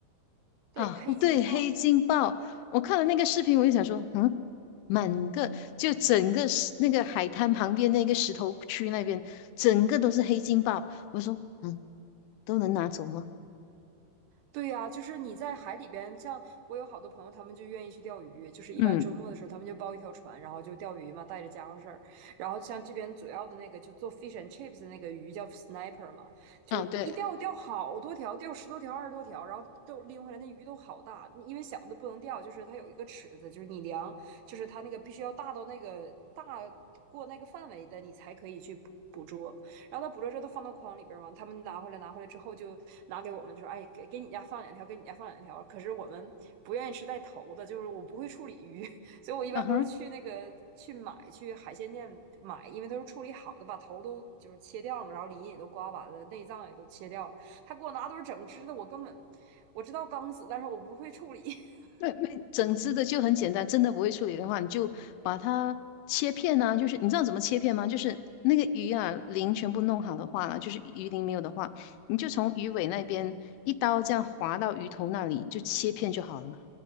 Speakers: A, on the right; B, on the left.
A: 对黑金豹。
B: 啊，对，黑金鲍，我看了那个视频，我就想说，嗯，满个就整个石那个海滩旁边那个石头区那边，整个都是黑金鲍，我说，嗯，都能拿走吗？
A: 对呀，就是你在海里边，像我有好多朋友，他们就愿意去钓鱼，就是一般周末的时候，
B: 嗯，
A: 他们就包一条船，然后就钓鱼嘛，带着家伙事儿。然后像这边主要的那个，就做 fish and chips 的那个鱼叫 sniper 嘛，就一钓钓好多条，
B: 啊，对，
A: 钓十多条、二十多条，然后都拎回来，那鱼都好大。因为小的不能钓，就是它有一个尺子，就是你量，就是它那个必须要大到那个大过那个范围的，你才可以去捕捕捉。然后他捕捉之后都放到筐里边嘛，他们拿回来拿回来之后就拿给我们，就说哎给给你家放两条，给你家放两条。可是我们不愿意吃带头的，就是我不会处理鱼，<laughs> 所以我一般都是去那个去买去海鲜店买，
B: 嗯哼。
A: 因为都是处理好的，把头都就是切掉了嘛，然后鳞也都刮完了，内脏也都切掉了。他给我拿都是整只的，我根本我知道刚死，但是我不会处理。<laughs>
B: 那那整只的就很简单，真的不会处理的话，你就把它切片啊，就是你知道怎么切片吗？就是那个鱼啊，鳞全部弄好的话了，就是鱼鳞没有的话，你就从鱼尾那边一刀这样划到鱼头那里，就切片就好了嘛。